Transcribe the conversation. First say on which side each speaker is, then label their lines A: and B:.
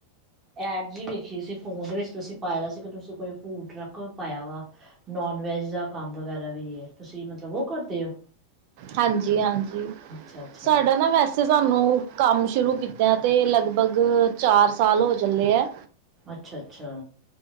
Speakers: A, on the right; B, on the right.
A: ਐਡ ਜੀ ਵੇਖੀ ਸੀ ਫੋਨ ਦੇ ਵਿੱਚ ਤੁਸੀਂ ਪਾਇਆ ਸੀ ਕਿ ਤੁਸੀਂ ਕੋਈ ਫੂਟ ਟਰੱਕ ਪਾਇਆ ਵਾ। ਨੌਨ-ਵੈੱਜ ਦਾ ਕੰਮ ਵਗੈਰਾ ਵੀ ਏ ਤੁਸੀਂ ਮਤਲਬ ਓ ਕਰਦੇ ਓ?
B: ਹਾਂਜੀ-ਹਾਂਜੀ,
A: ਅੱਛਾ ਅੱਛਾ
B: ਸਾਡਾ ਨਾ ਵੈਸੇ ਸਾਨੂੰ ਕੰਮ ਸ਼ੁਰੂ ਕੀ ਤਾ ਤੇ ਲਗਭਗ ਚਾਰ ਸਾਲ ਹੋ ਚੱਲੇ ਐ।
A: ਅੱਛਾ- ਅੱਛਾ।